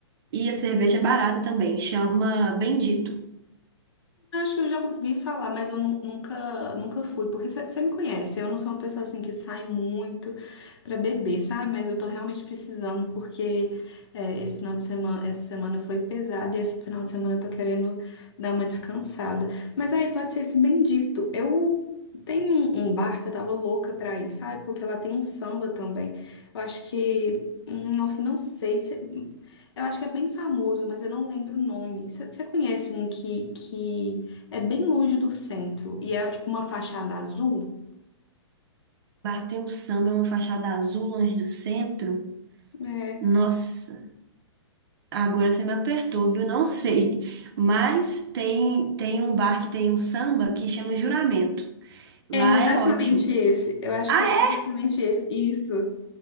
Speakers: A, on the right; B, on the left.
A: e a cerveja é barata também. Chama Bendito. O
B: Eu Acho que eu já ouvi falar, mas eu nu- nunca, nunca fui, porque você me conhece, eu não sou uma pessoa assim que sai muito pra beber, sabe? Mas eu tô realmente precisando, porque é, esse final de semana, essa semana foi pesada e esse final de semana eu tô querendo dar uma descansada. Mas aí pode ser esse bendito. Eu tenho um, um bar que eu tava louca pra ir, sabe? Porque lá tem um samba também. Eu acho que, hum, nossa, não sei se eu acho que é bem famoso, mas eu não lembro o nome. Você conhece um que, que é bem longe do centro e é tipo uma fachada azul.
A: bar que tem um samba, uma fachada azul longe do centro.
B: É,
A: Nossa, Agora você me apertou, viu? Não sei. Mas tem, tem um bar que tem um samba que chama Juramento. Lá
B: é exatamente
A: é ótimo.
B: esse. Eu acho
A: Ah,
B: que
A: é?
B: é exatamente esse. Isso.